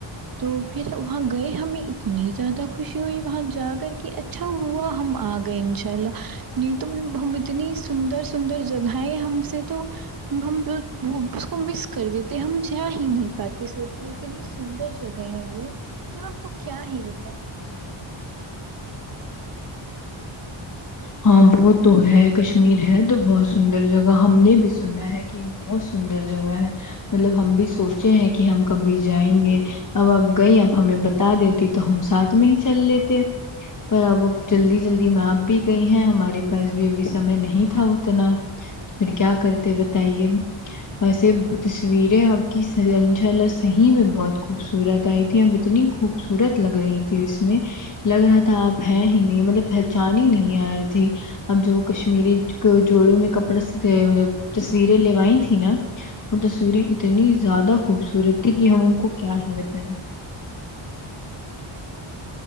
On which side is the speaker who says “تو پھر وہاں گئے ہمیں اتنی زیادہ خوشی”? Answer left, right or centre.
Right